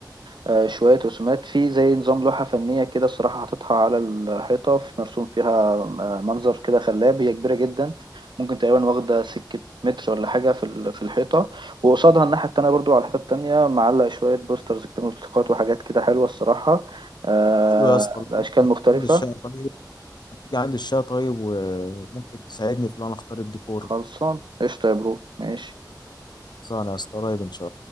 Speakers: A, on the right; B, on the left.
A: آه، شويه رسومات في زي نظام لوحه فنيه كده الصراحه حاططها على الحيطه في مرسوم فيها آه، منظر كده خلاب هي كبيره جدا ممكن تقريبا واخده سكه متر ولا حاجه في ال- في الحيطه وقصادها الناحيه التانيه برضو على الحيطه التانيه معلق شويه بوسترز كده ملصقات وحاجات كده حلوه الصراحه آه،
B: حلو يا اسطى لو
A: اشكال
B: انت ما
A: مختلفه
B: تيجي عند الشقه طيب ما تيجي عند الشقه طيب وممكن تساعدني في ان انا اختار الديكور
A: خلصان قشطه يا برو ماشي
B: صح يا اسطى قريب ان شاء